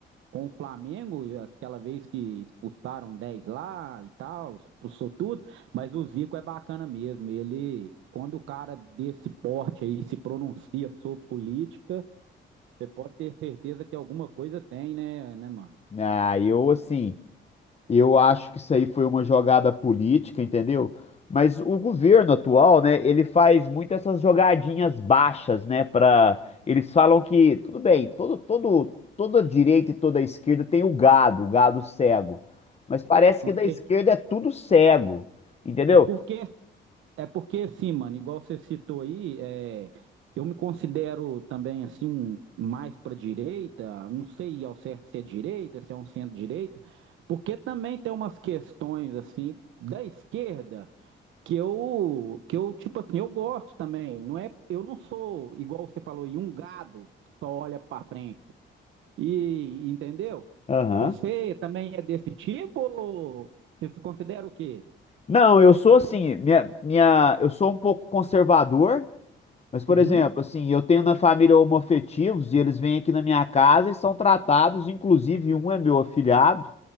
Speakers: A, on the right (about 80°); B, on the left (about 30°).
A: com o Flamengo, e aquela vez que expulsaram 10 lá e tal, expulsou tudo, mas o Zico é bacana mesmo. Ele, quando o cara desse porte aí se pronuncia sobre política, Você pode ter certeza que alguma coisa tem, né, né, mano?
B: Ah, eu assim. Eu acho que isso aí foi uma jogada política, entendeu? Mas o governo atual, né, ele faz muito essas jogadinhas baixas, né, para eles falam que tudo bem, todo todo toda direita e toda esquerda tem o gado, o gado cego. Mas parece
A: Com
B: que da esquerda
A: certeza.
B: é tudo cego, entendeu?
A: É porque, é porque assim, mano, igual você citou aí, é, eu me considero também assim um mais para direita, não sei ao certo se é direita, se é um centro-direita, porque também tem umas questões assim da esquerda que eu que eu tipo assim, eu gosto também, não é, eu não sou igual você falou aí um gado que só olha para frente. E entendeu?
B: Aham.
A: Você também é desse tipo ou você se considera o quê?
B: Não, eu sou assim, minha, minha, eu sou um pouco conservador, Mas, por
A: Uhum,
B: exemplo, assim, eu tenho na família homoafetivos e eles vêm aqui na minha casa e são tratados, inclusive um é meu afilhado,